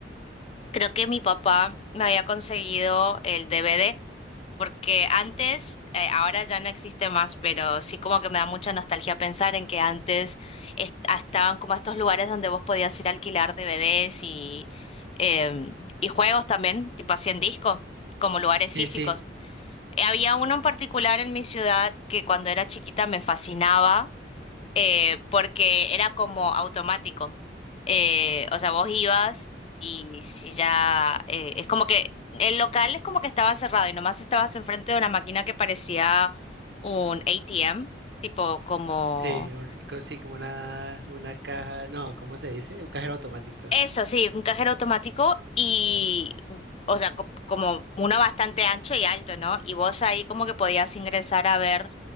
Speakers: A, on the left; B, on the right.
A: creo que mi papá me había conseguido el DVD, porque antes, eh, ahora ya no existe más, pero sí como que me da mucha nostalgia pensar en que antes est- estaban como estos lugares donde vos podías ir a alquilar DVDs y, em, y juegos también, tipo así en disco, como lugares físicos.
B: Sí, sí,
A: Eh, Había uno en particular en mi ciudad que cuando era chiquita me fascinaba eh, porque era como automático. Eh, o sea, vos ibas y si ya... eh, es como que el local es como que estaba cerrado y nomás estabas enfrente de una máquina que parecía un ATM, tipo como...
B: sí, un, co- sí, como una, una caja, no, ¿cómo se dice? Un cajero automático.
A: Eso, sí, un cajero automático y... O sea, co- como uno bastante ancho y alto, ¿no? Y vos ahí como que podías ingresar a ver